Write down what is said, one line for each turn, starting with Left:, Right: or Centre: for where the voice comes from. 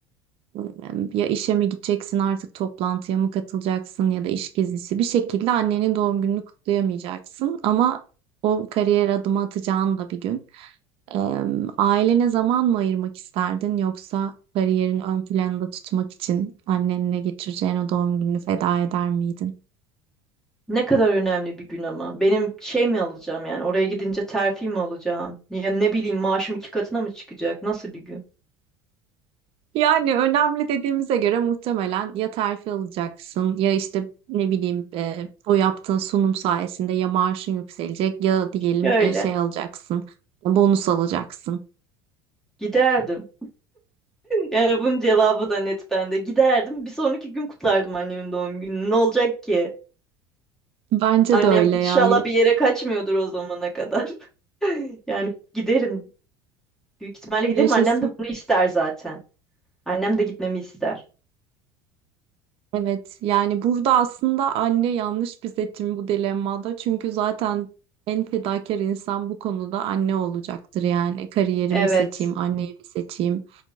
Right: Eee, Ya işe mi gideceksin artık toplantıya mı katılacaksın ya da iş gezisi bir şekilde annenin doğum gününü kutlayamayacaksın ama o kariyer adımı atacağın da bir gün. Eee, ailene zaman mı ayırmak isterdin yoksa kariyerin ön planda tutmak için annenle geçireceğin o doğum gününü feda eder miydin?
Centre: ne kadar önemli bir gün ama. Benim şey mi alacağım yani oraya gidince terfi mi alacağım? Ya ne bileyim maaşım iki katına mı çıkacak? Nasıl bir gün?
Right: Yani önemli dediğimize göre muhtemelen ya terfi alacaksın ya işte ne bileyim eee, o yaptığın sunum sayesinde ya maaşın yükselecek ya diyelim
Centre: Öyle.
Right: eee, şey alacaksın bonus alacaksın.
Centre: Giderdim. Yani bunun cevabı da net bende. Giderdim. Bir sonraki gün kutlardım annemin doğum gününü. Ne olacak ki?
Right: Bence
Centre: Annem
Right: de öyle ya.
Centre: inşallah
Right: Ya-
Centre: bir yere kaçmıyordur o zamana kadar. <laughs> Yani giderim. Büyük ihtimalle
Right: Yaşasın.
Centre: giderim. Annem de bunu ister zaten. Annem de gitmemi ister.
Right: Evet yani burada aslında anne yanlış bir seçim bu dilemmada. Çünkü zaten en fedakar insan bu konuda anne olacaktır yani. Kariyerimi
Centre: Evet.
Right: seçeyim, anneyi mi seçeyim?